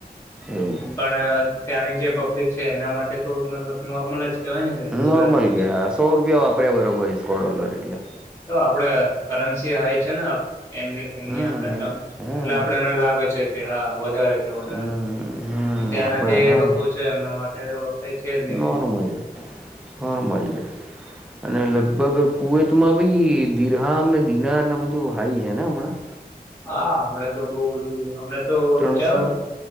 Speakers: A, in the centre; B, on the left.
A: એવું
B: પણ. ત્યાંની જે પબ્લિક છે એના માટે તો મતલબ નોર્મલ જ. કેહેવાય ને કે ડોલરની
A: નોર્મલ ગ
B: બધું
A: સો રૂપિયા વાપરે બરો બીન ડોલર લાગે. એટલે.
B: તો આપડે કરન્સી હોય છે ને એમની એમની
A: હમ
B: આપણે સમ
A: હમ
B: એટલે આપડે એને લાગે છે કે હા વધારે છે વધારે,
A: હમ
B: ત્યાંના
A: આપડે
B: જે
A: હા
B: લોકો છે એમના મા એ તો. કઈ છે જ નહી
A: નોર્મલ નોર્મલ અને લગ ભગ કુવૈતમાં બી દિરહામ ને દિનારને બધું હાઈ છે ને હમણાં.
B: હા હમણાં તો બઉ બધું તો
A: ત્રણસો
B: વિચારો ને